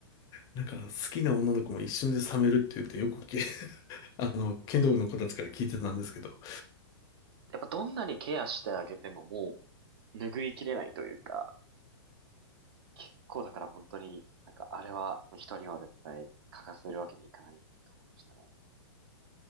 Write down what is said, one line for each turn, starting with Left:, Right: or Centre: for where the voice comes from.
Left: なんか好きな女の子も一瞬で冷めるって言ってよく聞あの、剣道部の子たちから聞いてたんですけど。
Right: やっぱどんなにケアしてあげてももう拭いきれないというか、結構だから本当に、なんかあれは人には絶対欠かせるわけにいかないっていうところでしたね。